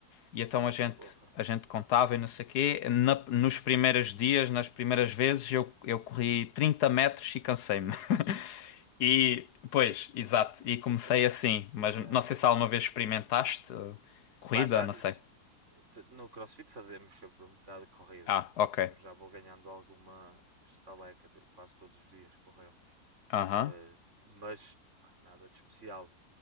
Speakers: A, on the left; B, on the right.
A: E então
B: Oh,
A: a gente.
B: porra.
A: A gente contava e não sei o quê. Na- nos primeiros dias, nas primeiras vezes, eu, eu corri
B: Uhum.
A: 30 metros e cansei-me. <laughs> E, pois, exato. E comecei
B: <laughs>
A: assim. Mas
B: Caralho.
A: não sei se alguma vez experimentaste ah, corrida,
B: Pá, já,
A: não sei.
B: j- t- no CrossFit fazemos sempre um bocado de corrida.
A: Ah, ok.
B: Tipo, eu já vou ganhando alguma estaleca, de- quase todos os dias corremos.
A: Aham.
B: Eh, mas pá, nada de especial.